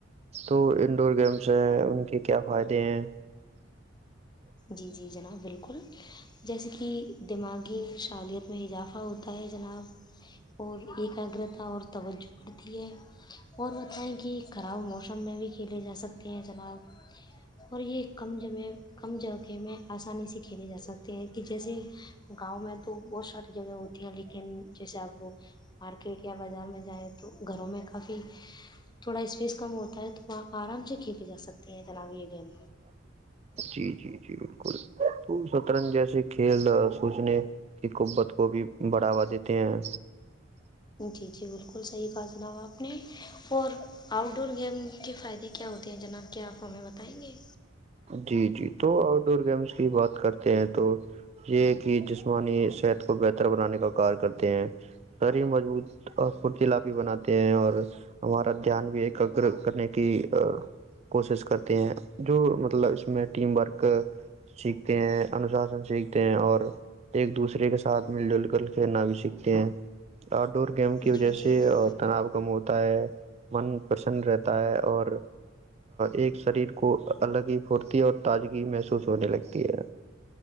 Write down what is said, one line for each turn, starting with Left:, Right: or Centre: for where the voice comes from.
Right: تو انڈور گیمس ہیں ان کے کیا فائدے ہیں
Left: جی جی جناب بالکل جیسے کہ دماغی شعالیت میں اضافہ ہوتا ہے جناب اور ایکاگرتا اور توجہ بڑھتی ہے اور بتائیں کہ خراب موسم میں بھی کھیلے جا سکتے ہیں جناب اور یہ کم جمعے کم جگہ میں آسانی سے کھیل جا سکتے ہیں کہ جیسے گاؤں میں تو بہت ساری جگہ ہوتی ہیں لیکن جیسے آپ مارکیٹ یا بازار میں جائیں تو گھروں میں کافی تھوڑا اسپیس کم ہوتا ہے تو وہ آرام سے کھیلے جا سکتے ہیں تناب یہ گیم
Right: جی جی جی بالکل تو سطرنج جیس کھیل سوچنے کی قبت کو بھی بڑھاوا دیتے ہیں
Left: جی جی بالکل صحیح کہا جناب آپ نے اور آؤٹ ڈور گیم کے فائدے کیا ہوتے ہیں جناب کیا آپ ہمیں بتائیں گے
Right: جی جی تو آؤٹ ڈور گیمس کی بات کرتے ہیں تو یہ کہ جسمانی صحت کو بہتر بنانے کا کار کرتے ہیں شریر مضبوط اور فورتیلاپی بناتے ہیں اور ہمارا دھیان بھی ایکگگر کرنے کی کوشش کرتے ہیں جو ط اس میں ٹیم ورک سیکھتے ہیں انوشاسن سیکھتے ہیں اور ایک دوسرے کے ساتھ مل جل کر کھیلنا بھی سیکھتے ہیں آؤٹ ڈور گیم کی
Left: جی
Right: وجہ
Left: جی
Right: سے
Left: جی
Right: تناؤ کم ہوتا ہے من پرسن رہتا ہے اور ایک شریر کو الگ ہی پھرتی اور تازگی محسوس ہونے لگتی ہے